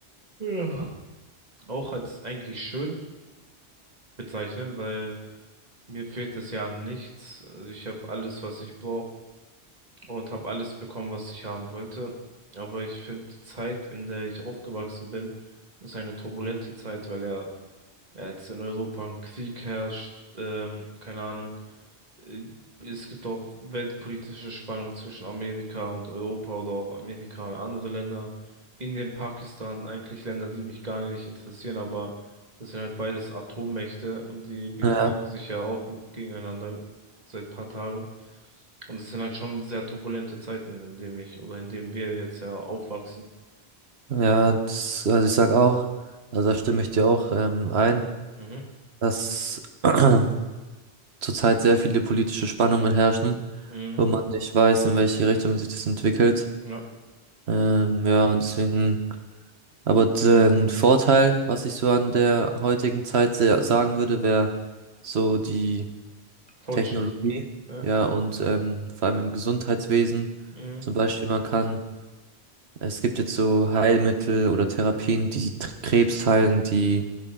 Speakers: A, on the right; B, on the right.
A: ja, auch als eigentlich schön bezeichnen, weil mir fehlt es ja an nichts. Also ich habe alles, was ich brauche und habe alles bekommen, was ich haben wollte. Aber ich finde, die Zeit, in der ich aufgewachsen bin, ist eine turbulente Zeit, weil ja ja, jetzt in Europa ein Krieg herrscht, ähm, keine Ahnung. Äh, Es gibt auch weltpolitische Spannungen zwischen Amerika und Europa oder auch Amerika und andere Länder. Indien, Pakistan, eigentlich Länder, die mich gar nicht interessieren, aber das sind halt beides Atommächte und die bekriegen
B: Ja,
A: sich ja auch gegeneinander seit paar Tagen. Und es sind halt schon sehr turbulente Zeiten, in denen ich oder in denen wir jetzt ja aufwachsen.
B: ja, das, also ich sag auch, also da stimme ich dir auch ähm, ein.
A: Mhm.
B: dass <clears throat> zurzeit sehr viele politische Spannungen herrschen,
A: Mhm.
B: wo man nicht weiß, in welche Richtung sich das entwickelt.
A: Ja.
B: Ähm, ja, und deswegen, aber den Vorteil, was ich so an der heutigen Zeit sehr sagen würde, wäre so die
A: Fortschritt.
B: Technologie,
A: Ja.
B: ja, und ähm, vor allem im Gesundheitswesen.
A: Mhm.
B: Zum Beispiel, man kann, es gibt jetzt so Heilmittel oder Therapien, die Tr- Krebs heilen, die